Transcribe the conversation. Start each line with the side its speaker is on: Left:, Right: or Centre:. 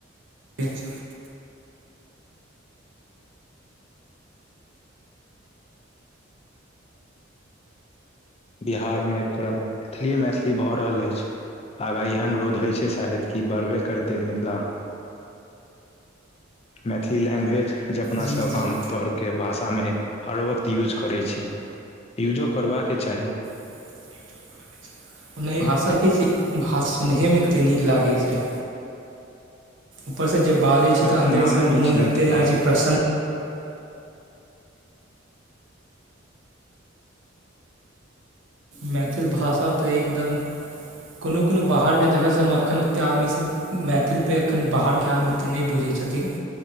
Right: <inaudible>
Left: बिहारमे पूरा मैथिलीए मैथिली भऽ रहल अछि। आगाँ इसे अनुरोध होइ छै शायद कि बढ़बे करतै मिथिला। मैथिली लैंग्वेज जे अपना
Right: जी
Left: सब
Right: जी
Left: आमतौर के भाषामे हर वक्त यूज करै छी यूजो करबाके चाही।
Right: युजो कर <unintelligible> छै। ओना ई भाषा <unintelligible> छीये भाषा सुनहेमे कतेक नीक लागै छै। ऊपर से जे बाजै छै
Left: वएह
Right: त अंन्देर
Left: तऽ नामेमे
Right: से मुह
Left: छै मिथिला
Right: एते आय छै प्रसन्न- मैथिल भाषा तऽ एकदम कोनो कोनो बाहरके जगह सबमे मखन ओते आदमीसभ मैथिल पे एखन बाहरके आदमी ओते नै बुझै छथिन।